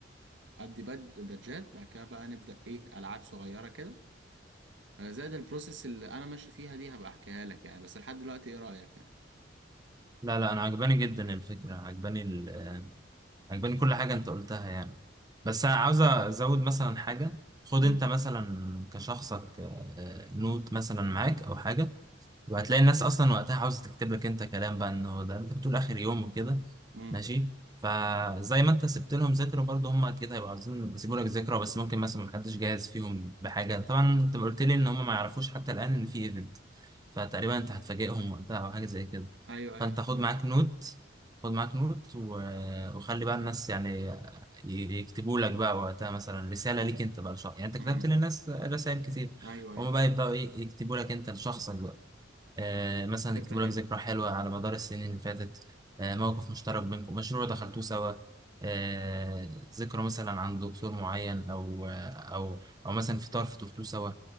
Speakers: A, on the right; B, on the right.
A: ادي باد- بادجات بعد كده بقى نبدأ ايه العاب صغيرة كده آه، زائد البروسيس اللي انا ماشي فيها دي هبقى احكيها لك يعني بس لحد دلوقتي ايه رأيك يعني
B: لا لا أنا عجباني جدا الفكرة عجباني ال- آه، عجباني كل حاجة أنت قلتها يعني بس أنا عاوز أزود مثلا حاجة خد
A: امم
B: أنت مثلا كشخصك آه، آه، نوت مثلا معاك أو حاجة وهتلاقي الناس اصلا وقتها عاوزه تكتب لك انت كلام بقى انه ده انت بتقول اخر يوم وكده
A: امم
B: ماشي فزي ما انت سبت لهم ذكرى برضه هم اكيد هيبقوا عاوزين يسيبوا لك ذكرى بس ممكن مثلا محدش جاهز فيهم بحاجه طبعا انت قلت لي ان هم ما يعرفوش حتى الان ان في ايفنت فتقريبا انت هتفاجئهم وقتها او حاجه زي كده
A: ايوه ايوه
B: فانت
A: فاجأت
B: خد معاك نوت خد معاك نوت و... وخلي بقى الناس يعني ي- يكتبوا لك بقى وقتها مثلا رساله ليك انت بقى لشخص يعني انت كتبت
A: امم
B: للناس رسائل كتير
A: ايوه ايوه
B: هما بقى يبداوا ايه يكتبوا لك انت لشخصك بقى آه، مثلا
A: فكرة
B: يكتبوا
A: حلوة
B: لك ذكرى حلوة على مدار السنين اللي فاتت آه، موقف مشترك بينكم مشروع دخلتوه سوا آه، ذكرى مثلا عن دكتور معين أو آه، أو أو مثلا فطار فطرتوه سوا